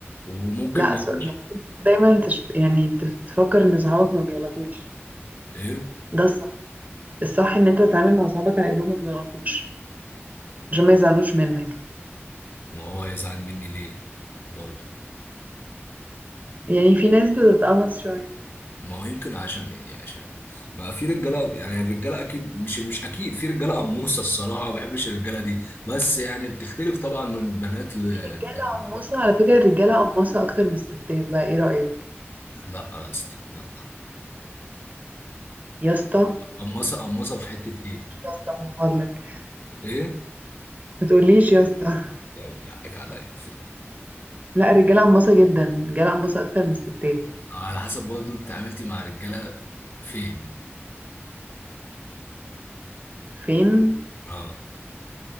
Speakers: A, on the left; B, on the right.
A: وممكن
B: لا
A: ما
B: أصل
A: يكونش
B: دايما تش... يعني تفكر ان صحابك ما بيغلطوش
A: ايه
B: ده الصح ان انت تتعامل مع صحابك على انهم ما بيغلطوش عشان ما يزعلوش منك
A: ما هو هيزعل مني ليه برضو
B: يعني في ناس بتتقمص شويه
A: ما هو يمكن عشان ايه يعني عشان ما في رجاله يعني الرجاله اكيد مش مش اكيد في رجاله قموصه الصراحه ما بحبش الرجاله دي بس يعني بتختلف طبعا من بنات ل-
B: في رجاله
A: لرجاله
B: قماصه على فكره الرجاله قماصه اكتر من الستات بقى ايه رايك
A: لا يا اسطى لا
B: يا اسطى
A: قمصه قمصه في حته ايه
B: مش يا اسطى من فضلك
A: ايه
B: ما تقوليش يا اسطى
A: يعني حقك عليا
B: لا الرجاله قماصه جدا الرجاله قماصه اكتر من الستات
A: على حسب برضو انت عملتي مع رجاله فين
B: فين
A: اه